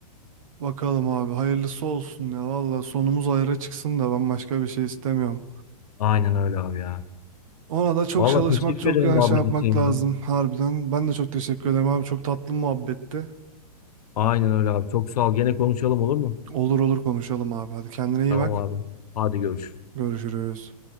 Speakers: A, on the right; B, on the left.
A: Bakalım abi hayırlısı olsun ya. Valla sonumuz hayra çıksın da ben başka bir şey istemiyorum.
B: Aynen öyle abi ya.
A: Ona da çok
B: Vallahi
A: çalışmak,
B: teşekkür
A: çok
B: ederim
A: yani
B: muhabbet
A: şey yapmak
B: için
A: lazım
B: ya.
A: harbiden. Ben de çok teşekkür ederim abi. Çok tatlı muhabbetti.
B: Aynen öyle abi. Çok sağ ol. Gene konuşalım olur mu?
A: Olur olur konuşalım abi. Hadi kendine iyi
B: Tamam
A: bak.
B: abi. Hadi görüşürüz.
A: Görüşürüz.